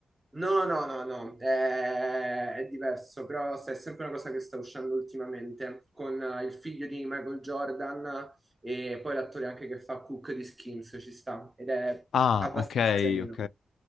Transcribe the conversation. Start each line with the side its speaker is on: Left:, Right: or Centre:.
Right: No, no, no, no, è, è diverso, però è sempre una cosa che sta uscendo ultimamente con eh, il figlio di Michael Jordan e poi l'attore anche che fa Cook di Skins, ci sta ed è
Left: Ah,
Right: abbastanza
Left: ok,
Right: carino.
Left: ok.